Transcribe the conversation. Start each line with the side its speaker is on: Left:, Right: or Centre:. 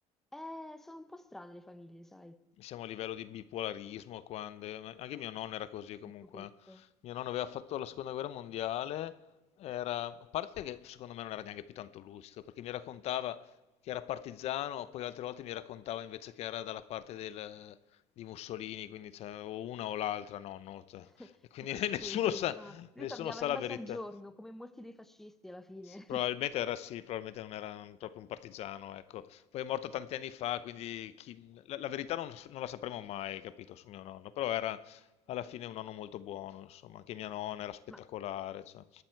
Centre: eh, sono un po' strane le famiglie, sai,
Left: siamo a livello di bipolarismo, quando, anche mio nonno era così comunque.
Centre: un pochetto.
Left: Mio nonno aveva fatto la seconda guerra mondiale, era, a parte che secondo me non era neanche più tanto lucido, perché mi raccontava che era partigiano, poi altre volte mi raccontava invece che era dalla parte del- di Mussolini, quindi cioè, o una o l'altra, nonno, cioè.
Centre: <laughs>
Left: E quindi <laughs>
Centre: Sì,
Left: nessuno
Centre: lui,
Left: sa,
Centre: no,
Left: nessuno
Centre: lui cambiava
Left: sa
Centre: in
Left: la
Centre: base
Left: verità.
Centre: al giorno, come molti dei fascisti alla fine. <laughs>
Left: Probabilmente era sì, probabilmente non era proprio un partigiano, ecco poi è morto tanti anni fa, quindi chi- la, la verità non, non la sapremo mai, capito, su mio nonno, però era alla fine un nonno molto buono, insomma, anche mia nonna era spettacolare,
Centre: Ma
Left: cioè.